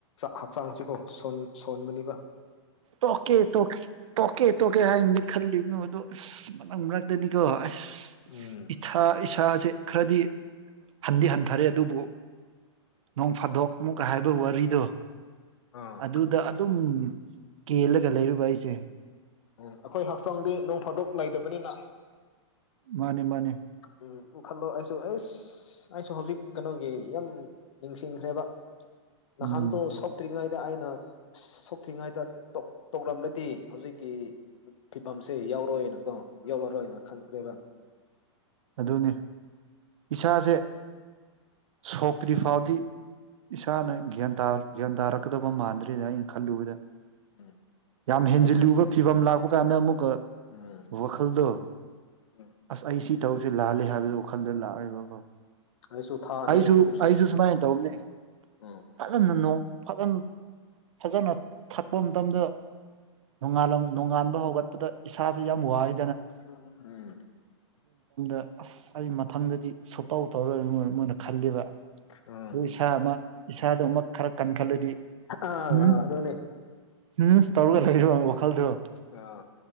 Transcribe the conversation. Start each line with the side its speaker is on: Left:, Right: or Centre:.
Left: ꯍꯛꯆꯥꯡꯁꯤ ꯀꯣ ꯁꯣꯟ ꯁꫭꯟꯕꯅꯤꯕ
Right: ꯇꯣꯛꯀꯦ ꯇꯣꯛꯀꯦ ꯇꯣꯛꯀꯦ ꯇꯣꯛꯀꯦ ꯍꯥꯏꯅꯗꯤ ꯈꯜꯂꯤꯕꯅꯤ ꯑꯗꯨ ꯑꯁ ꯃꯅꯝꯒꯗꯨꯗꯤꯀꫭ ꯑꯁ
Left: ꯎꯝ
Right: ꯏꯊꯥ ꯏꯁꯥꯁꯦ ꯈꯔꯗꯤ ꯍꯟꯗꯤ ꯍꯟꯊꯔꯦ ꯑꯗꯨꯕꯨ ꯅꯣꯡ ꯐꯥꯗꯣꯛ ꯑꯃꯨꯛꯀ ꯍꯥꯏꯕ ꯋꯥꯔꯤꯗꯣ
Left: ꯑꯥ
Right: ꯑꯗꯨꯗ ꯑꯗꯨꯝ ꯀꯦꯜꯂꯒ ꯂꯩꯔꯨꯕ ꯑꯩꯁꯦ
Left: ꯎꯝ ꯑꯩꯈꯣꯏ ꯍꯛꯆꯥꯡꯗꯤ ꯅꯣꯡ ꯐꯥꯗꯣꯛ ꯂꯩꯇꯕꯅꯤꯅ
Right: ꯃꯥꯅꯤ ꯃꯥꯅꯤ
Left: ꯎꯝ ꯑꯗꯨ ꯈꯜꯂꫭ ꯑꯩꯁꯨ ꯑꯁ ꯑꯩꯁꯨ ꯍꯧꯖꯤꯛ ꯀꯩꯅꯣꯒꯤ ꯌꯥꯝ ꯅꯤꯡꯁꯤꯡꯈ꯭ꯔꯦꯕ ꯅꯍꯥꯟꯗꯣ
Right: ꯎꯝ
Left: ꯁꯣꯛꯇ꯭ꯔꯤꯉꯩ ꯗꯨꯑꯩꯅ ꯁꯣꯛꯇ꯭ꯔꯤꯉꯩꯗ ꯇꯧ ꯇꯧꯔꯝꯂꯇꯤ ꯍꯧꯖꯤꯛꯀꯤ ꯐꯤꯕꯝꯁꯦ ꯌꯥ ꯌꯥꯎꯔꯣꯏꯅ ꯀꯣ ꯌꯧꯂꯔꯣꯏꯅ ꯈꯟꯇ꯭ꯔꯦꯕ
Right: ꯑꯗꯨꯅꯤ ꯏꯁꯥꯁꯦ ꯁꯣꯛꯇ꯭ꯔꯤ ꯐꯥꯎꯗꯤ ꯏꯁꯥꯅ ꯒ꯭ꯌꯥꯟꯇ ꯒ꯭ꯌꯥꯟ ꯇꯥꯔꯛꯀꯗꯕ ꯃꯥꯟꯗ꯭ꯔꯦꯗ ꯑꯩꯅ ꯈꯜꯂꯨꯕꯗ
Left: ꯎꯝ
Right: ꯌꯥꯝ ꯍꯦꯟꯖꯤꯜꯂꯨꯕ
Left: ꯍꯦꯛ ꯁꯣꯛ
Right: ꯐꯤꯕꯝ ꯂꯥꯛꯄ ꯀꯥꯟꯗ ꯑꯃꯨꯛꯀ
Left: ꯎꯝ
Right: ꯋꯥꯈꯜꯗꯣ
Left: ꯎꯝ
Right: ꯑꯁ ꯑꯩ ꯁꯤ ꯇꯧꯁꯦ ꯂꯥꯜꯂꯦ ꯍꯥꯏꯕꯗꯣ ꯋꯥꯈꯜꯗ ꯂꯥꯛꯑꯦꯕꯀꯣ
Left: ꯑꯩꯁꯨ ꯊꯥ ꯑꯅꯤ
Right: ꯑꯩꯁꯨ
Left: ꯑꯍꯨꯝ ꯁꯨ
Right: ꯑꯩꯁꯨ ꯁꯨꯃꯥꯏꯅ
Left: ꯎꯝ
Right: ꯇꯧꯕꯅꯦ
Left: ꯎꯝ
Right: ꯐꯖꯅ ꯅꯣ ꯐꯖꯟ ꯐꯖꯅ ꯊꯛꯄ ꯃꯇꯝꯗ ꯅꯣꯡꯉꯥꯂꯝ ꯅꯣꯡꯉꯥꯟꯕ ꯍꯧꯒꯠꯄꯗ ꯏꯁꯥꯁꯦ ꯌꯥꯝ ꯋꯥꯏ
Left: ꯎꯝ
Right: ꯑ ꯑꯁ ꯑꯩ ꯃꯊꯪꯗꯗꯤ ꯁꯨꯇꯧ ꯇꯧꯔꯣꯏꯅ ꯃꫭꯏꯅ ꯃꯣꯏꯅ ꯈꯜꯂꯤꯕ
Left: ꯎꯝ
Right: ꯑꯗꯨ ꯏꯁꯥ ꯑꯃ ꯏꯁꯥꯗꯨ ꯑꯃ ꯈꯔ ꯀꯟꯈꯠꯂꯗꯤ
Left: ꯑꯥꯥ
Right: ꯎꯝ
Left: ꯑꯗꯨꯅꯤ
Right: ꯎꯝ ꯇꯧꯔ ꯂꯩꯔꫭ ꯋꯥꯈꯜꯗꯨ
Left: ꯑꯥ